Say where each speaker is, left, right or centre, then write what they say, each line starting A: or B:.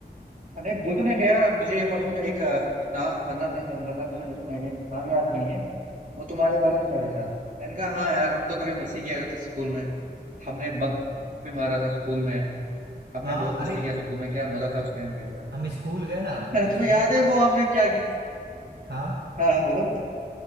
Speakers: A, on the right; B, on the right.
A: नहीं बोल तो नहीं गया मुझे परसों एक अ, ना बंदा मिला मिला था मुझे जिसको मैं नाम याद नहीं है वो तुम्हारे बारे में कह रहा था मैंने कहा हाँ यार हम तो कभी मस्ती किया करते स्कूल में हमने बंक भी मारा था स्कूल में हमने
B: हाँ
A: बहुत
B: अरे
A: मस्ती किया स्कूल में क्या मजा था उस टाइम पे
B: हम स्कूल गए ना
A: <laughs> हाँ,
B: तो
A: तुम्हें
B: स्कूल
A: याद है वो हमने क्या किया
B: हाँ
A: हाँ हाँ, बोलो